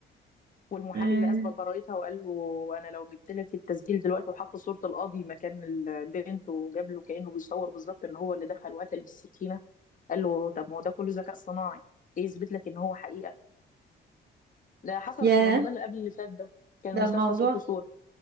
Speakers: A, on the left; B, on the right.
A: والمحامي
B: آه.
A: اللي اثبت براءتها وقال له انا لو جبت لك التسجيل دلوقتي وحط صوره القاضي مكان البنت وجاب له كانه بيصور بالظبط ان هو اللي دخل وقتل بالسكينه قال له طب ما هو ده كله ذكاء صناعي ايه يثبت لك ان هو حقيقه ده حصلت
B: ياه
A: من رمضان اللي قبل اللي فات ده كان
B: ده
A: المسلسل
B: الموضوع
A: صوت وصوره